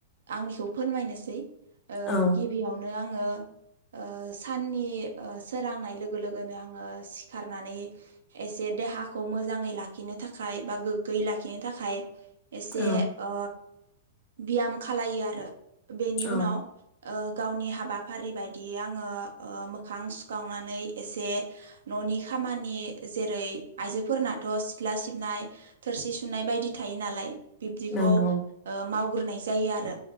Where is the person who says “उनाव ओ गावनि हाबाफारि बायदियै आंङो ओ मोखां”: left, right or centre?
Right